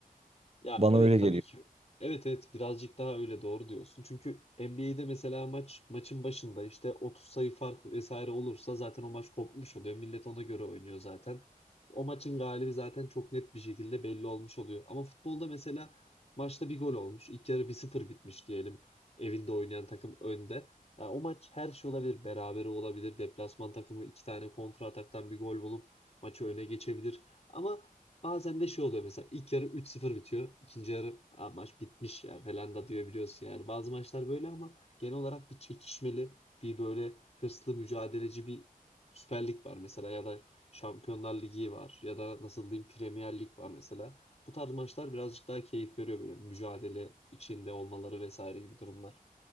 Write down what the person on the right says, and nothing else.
Bana
öyle
geliyor.